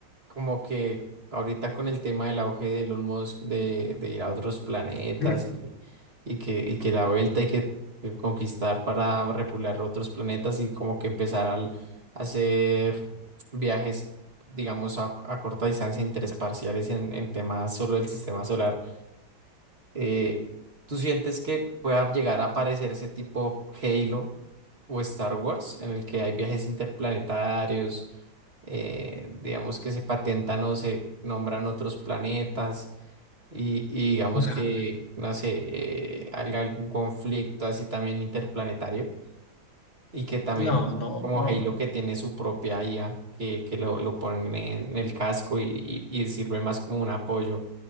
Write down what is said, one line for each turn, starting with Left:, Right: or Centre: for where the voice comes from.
Right: como que ahorita con el tema del auge de Elon Musk de, de ir a otros planetas
Left: Mm,
Right: y, y que, y que la vuelta y que que conquistar para repular otros planetas y como que empezar al- a hacer viajes, digamos, a, a corta distancia interespaciales en, en temas solo del sistema solar eh, ¿tú sientes que pueda llegar a aparecer ese tipo Halo o Star Wars en el que hay viajes interplanetarios, eh, digamos que se patentan o se nombran otros planetas y, y digamos
Left: nah,
Right: que, no sé, eh, hay algún conflicto así también interplanetario? Y que también,
Left: no, no,
Right: como
Left: no.
Right: Halo, que tiene su propia IA, que, que lo, lo ponen en, en el casco y, y- y sirve más como un apoyo